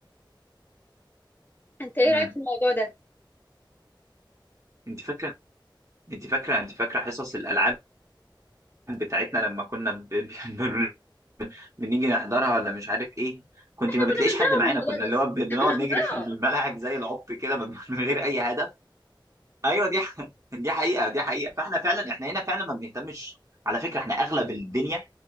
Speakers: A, on the left (about 25°); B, on the right (about 40°).
A: انت ايه
B: امم
A: رايك في الموضوع ده
B: انت فاكرة انت فاكرة انت فاكرة حصص الألعاب بتاعتنا لما كنا ب... ب- <laughs> بن- بنيجي نحضرها ولا مش عارف ايه كنت
A: احنا
B: ما
A: كنا
B: بتلاقيش
A: بنزوغ
B: حد معانا
A: من المدرس
B: كنا اللي هو ب- بنقعد نجري
A: اه
B: في الملاعب زي العبط كده من <laughs> من غير اي هدف ايوه دي ح- <laughs> دي حقيقه دي حقيقه فاحنا فعلا احنا هنا فعلا ما بنهتمش على فكره احنا اغلب الدنيا